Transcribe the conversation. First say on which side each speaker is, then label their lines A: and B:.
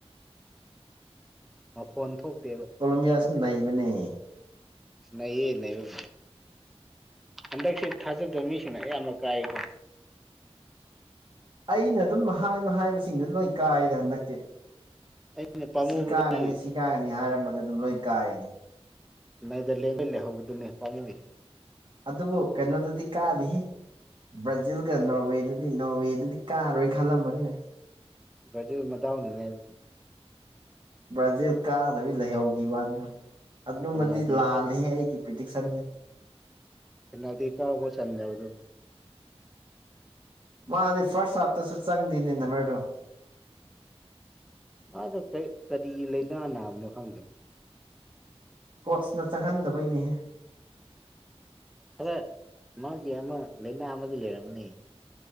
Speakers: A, in the centre; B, on the right (about 45°).
A: ꯑ ꯐꯣꯟ ꯊꯣꯛꯇꯦꯕ
B: ꯀꯣꯂꯝꯣꯕꯤꯌꯥꯁꯨ ꯅꯩꯕꯅꯦ
A: ꯅꯩꯌꯦ ꯅꯕ ꯍꯟꯗꯛꯁ ꯊꯥꯖꯗꯕ ꯃꯤꯁꯤꯡꯅ ꯑꯌꯥꯝꯕ ꯀꯥꯏꯌꯦꯀꯣ
B: ꯑꯩꯅ ꯑꯗꯨꯝ ꯃꯍꯥꯏ ꯃꯍꯥꯏꯕꯁꯤꯡꯗꯨ ꯂꯣꯏ ꯀꯥꯏꯔꯦ ꯍꯟꯗꯛꯇꯤ
A: ꯑꯩꯅ ꯄꯥꯝꯃꯨꯕꯗꯤ
B: ꯁꯤ ꯀꯥꯒꯅꯤ ꯁꯤ ꯀꯥꯒꯅꯤ ꯍꯥꯏꯔꯝꯕꯗ ꯑꯗꯨꯝ ꯂꯣꯏ ꯀꯥꯏꯅꯦ
A: ꯅꯩꯗ ꯂꯦꯡꯃꯤ ꯂꯩꯍꯧꯕꯗꯨꯅꯦ ꯄꯥꯃꯨꯏꯁꯦ
B: ꯑꯗꯨꯕꯨ ꯀꯩꯅꯣꯗꯨꯗꯤ ꯀꯥꯔꯤ ꯕ꯭ꯔꯥꯖꯤꯜꯒ ꯅꯣꯔꯋꯦꯗꯨꯗꯤ ꯅꯣꯔꯋꯦꯗꯨꯗꯤ ꯀꯥꯔꯣꯏꯅ ꯈꯜꯂꯝꯕꯅꯤ ꯍꯣꯏ
A: ꯕꯥꯖꯤꯜ ꯃꯗꯥꯎꯅꯅꯦꯗꯤ
B: ꯕ꯭ꯔꯥꯖꯤꯜ ꯀꯥꯗꯕꯤ ꯂꯩꯍꯧꯈꯤꯕꯅꯤ ꯑꯗꯨꯃꯗꯤ
A: ꯄꯦꯅꯥꯜꯇꯤ
B: ꯂꯥꯜꯂꯦꯍꯦ
A: ꯀꯥ
B: ꯑꯩꯒꯤ ꯄꯤꯇꯤꯁꯦ
A: ꯅꯗꯤ ꯀꯕꯨ ꯆꯟꯗꯦ
B: ꯃꯥꯗꯤ ꯐꯁ ꯍꯥꯐꯇꯁꯨ ꯆꯪꯗꯤꯅꯤꯅ ꯃꯦꯗꯣ
A: ꯃꯥꯗꯣ ꯀꯔꯤ ꯂꯥꯏꯅꯥ ꯅꯥꯕꯅꯣ ꯈꯪꯗꯦꯅ
B: ꯀꯣꯆꯅ ꯆꯪꯍꯟꯗꯕꯩꯅꯤ
A: ꯈꯔ ꯃꯥꯒꯤ ꯑꯃ ꯂꯩꯥꯏꯅꯥ ꯑꯃꯒꯤ ꯂꯩꯔꯝꯒꯅꯤ